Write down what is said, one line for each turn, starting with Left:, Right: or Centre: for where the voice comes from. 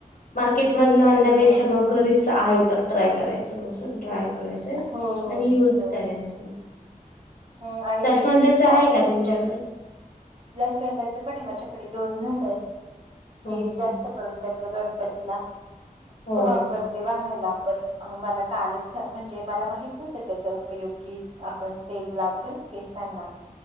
Left: मार्केट मधन आणण्यापेक्षा
Right: हा
Left: मग घरीच आहे तर, ट्राय करायचं, ट्राय करायचंय,
Right: हो
Left: आणि युज
Right: हो
Left: करायच.
Right: हं, आणि
Left: जास्वंदच
Right: स- चांगला
Left: आहे का
Right: असतो
Left: तुमच्याकडे?
Right: जास्वंदाच पण आहे माझ्याकडे, दोन झाड आहेत. मी
Left: हो हो
Right: जास्त
Left: हो
Right: करून त्याचा गणपतीला
Left: हो
Right: वापरतो. व्हायला पण, मला कालच म्हणजे, मला माहित होत त्याचा उपयोग की पण तेल लावतो ना केसांना